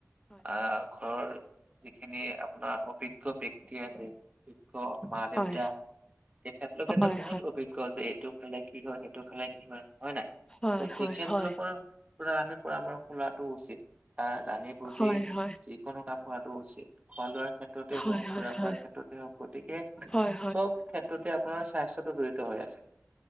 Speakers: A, on the left (about 15°); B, on the right (about 25°).
A: হয়,
B: আ ঘৰৰ যিখিনি আপোনাৰ অভিজ্ঞ ব্যক্তি আছে অভিজ্ঞ- মা দেউতা
A: হয়,
B: তেখেত লোকেতো
A: হয়,
B: বহুত অভিজ্ঞ যে এইটো খালে কি হয় সেইটো খালে কি হয়। হয় নাই
A: হয়,
B: ত'
A: হয়,
B: তেখেতলোকৰ
A: হয়, হয়, হয়।
B: পৰা আমি পৰামৰ্শ লোৱাটো উচিত, আহ জানি বুজি
A: হয়, হয়,
B: যিকোনো কাম কৰা উচিত, খোৱা লোৱাৰ ক্ষেত্ৰতে
A: হয়,
B: হওক
A: হয়,
B: ঘুৰা ফুৰা ক্ষেত্ৰতে হওক গতিকে
A: হয়,
B: চব ক্ষেত্ৰতে পৰা স্বাস্থ্যতো জড়িত হৈ আছে